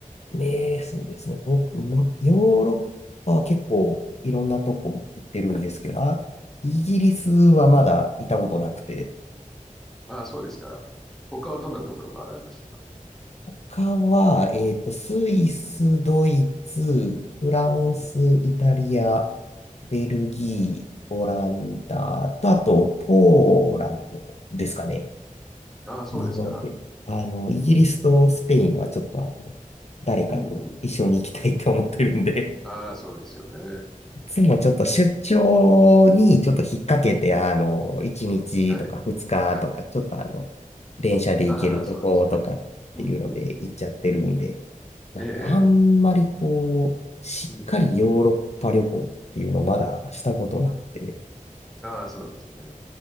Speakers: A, on the left; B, in the centre.
A: ねえ、そうですね。僕も、むヨーロッパは結構いろんなとこ行ってるんですけど、あ、イギリスはまだ行ったことなくて、
B: うん。ああ、そうですか。他はどんなところ回られました
A: 他は、えっと、スイス、ドイツ、フランス、
B: うん。
A: イタリア、ベルギー、オランダと、あと、ポーランドですかね。
B: ああ、そうですか。
A: なので、あの、イギリスとスペインはちょっとあの、
B: うん。
A: 誰かと一緒に行きたいと思ってるんで
B: うん、うん、うん。ああ、そうですよね。
A: つもちょっと出張にちょっと引っ掛けて、
B: うん。
A: あの、1日とか2日とか、
B: はい。はい。
A: ちょっとあの、電車で行けるとことかっていうので行っちゃってるんで、
B: ああ、そうなんですね。うん、うん、うん、
A: なのであんまりこう、
B: ええ、ええ
A: しっかりヨーロッパ旅行っていうのまだしたことなくて、
B: うん、ああ、そうなんですね。